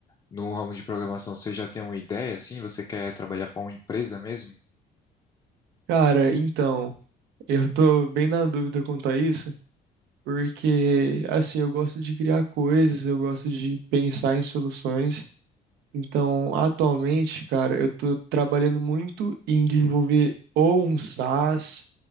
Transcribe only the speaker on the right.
Cara, então, eu tô bem na dúvida quanto a isso, porque assim, eu gosto de criar coisas, eu gosto de pensar em soluções. Então, atualmente, cara, eu tô trabalhando muito em desenvolver ou um SaaS